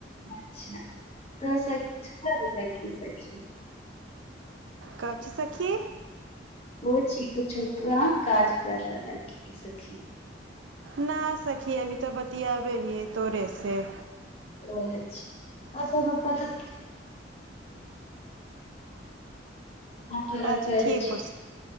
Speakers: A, on the left; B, on the right.
A: अच्छा तऽ <inaudible> ली सखी
B: कथी सखी
A: <inaudible> ओ च छक काज कर रहल है क सखी
B: न आ सकी अभी तो बतियाबे हिए तोरे से
A: ओ अच्छा अच्छा रुक <inaudible> हमँ तोरा
B: अच्छा
A: <inaudible> केह
B: ठीक
A: दै छी
B: हो